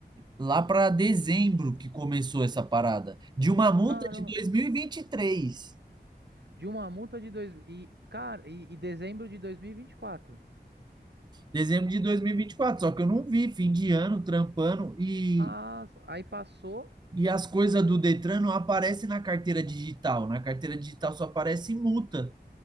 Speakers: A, on the right (about 25°); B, on the right (about 90°).
A: lá para dezembro que começou essa parada, de uma multa
B: Caramba.
A: de 2023,
B: De uma multa de dois e cara, e, e dezembro de 2024.
A: dezembro de 2024. Só que eu não vi, fim de ano, trampando, e,
B: Ah, aí passou.
A: e as coisas do Detran não aparecem na carteira digital. Na carteira digital só aparece multa.